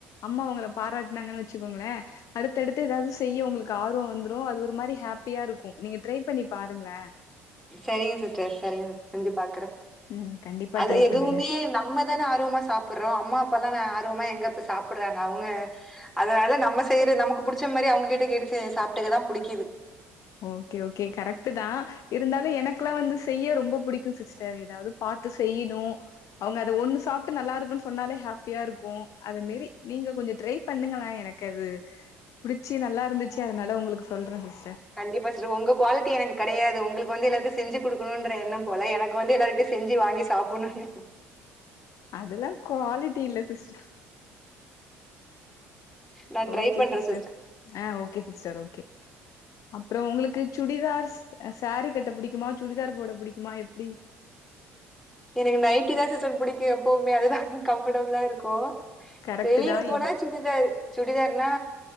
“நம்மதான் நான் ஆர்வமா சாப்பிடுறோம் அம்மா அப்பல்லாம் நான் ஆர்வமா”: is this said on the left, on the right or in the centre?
Centre